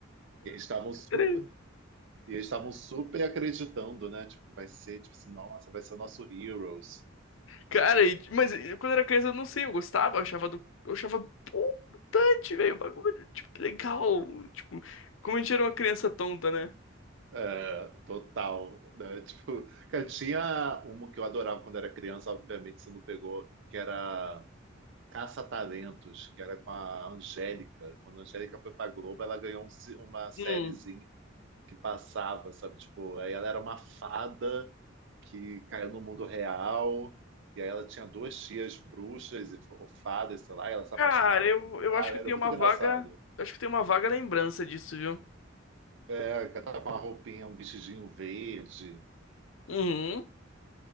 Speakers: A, on the right; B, on the left.
A: E eles estavam su-
B: Era-
A: e eles estavam super acreditando, né? Tipo, que vai ser, tipo assim, nossa, vai ser o nosso Heroes.
B: Cara, e- mas eu, quando era criança, eu não sei, eu gostava, eu achava do. Eu achava, pô, mutante, velho. o Bagulho, tipo, legal. Tipo, como a gente era uma criança tonta, né?
A: É, total, né? <laughs> Tipo, cara, tinha uma que eu adorava quando era criança, obviamente você não pegou, que era Caça-Talentos, que era com a Angélica. Quando a Angélica foi pra Globo, ela ganhou um se- uma sériezinha
B: Hum.
A: que passava, sabe? Tipo, aí ela era uma fada que caiu no mundo real, e aí ela tinha duas tias bruxas e fo- fadas, sei lá, e ela se
B: Cara,
A: apaixonava
B: eu,
A: por um
B: eu
A: cara,
B: acho que
A: era
B: eu tenho
A: muito
B: uma
A: engraçado.
B: vaga. eu Acho que eu tenho uma vaga lembrança disso, viu?
A: É, que ela tava com uma roupinha, um vestidinho verde.
B: Uhum.